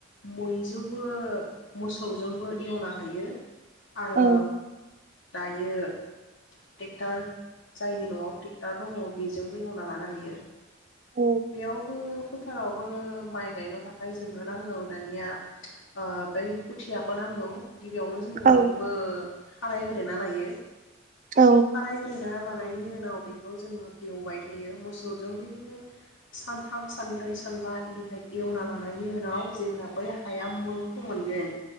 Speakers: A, on the left; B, on the right.
A: मैजोंबो मोसौजोंबो एवना हायो आरो
B: औ
A: दायो टेक्टार जायनि न'आव टेक्टार दङ बेजोंबो एवना ला नाहोयो
B: औ
A: बेयावबो फोथारावबो माइ गायनो थाखाय जोंनो नांगौ दानिया ओ बै खुथियाखौ नांगौ गिबियावनो जोङो
B: औ
A: बेखोबो खारायग्रोना लायो
B: औ
A: खारायग्रोना लाना नायनि उनाव बेखौ जोङो एवबाय थायो मोसौजों बिदिनो सानथाम सानब्रै सानबा इदिहाय एवना लानायनि उनाव जेब्ला बै हाया मो फोमोनगोन